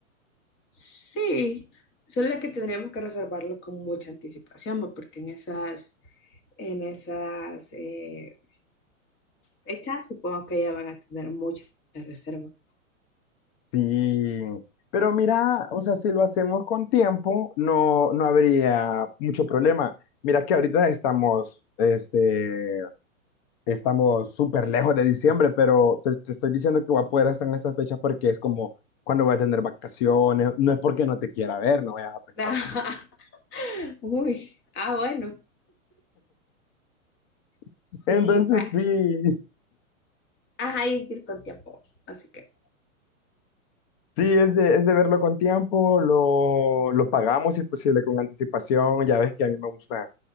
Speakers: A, on the left; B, on the left.
A: Sí. Solo que tendríamos que reservarlo con mucha anticipación, ¿va? porque en esas, en esas eh, fechas supongo que ya van a tener muchas reservas.
B: Sí, pero mira, o sea, si lo hacemos con tiempo, no, no habría mucho problema. Mira que ahorita estamos, este, estamos súper lejos de diciembre, pero te, te estoy diciendo que voy a poder estar en estas fechas porque es como cuando voy a tener vacaciones, no es porque no te quiera ver, no vayas a pensar
A: <laughs>
B: mal.
A: Uy. Ah, bueno. Sí,
B: <laughs> Entonces
A: va.
B: sí,
A: Ajá, hay que ir con tiempo. Así que
B: sí, es de, es de verlo con tiempo, lo, lo pagamos si es posible con anticipación, ya ves que a mí me gusta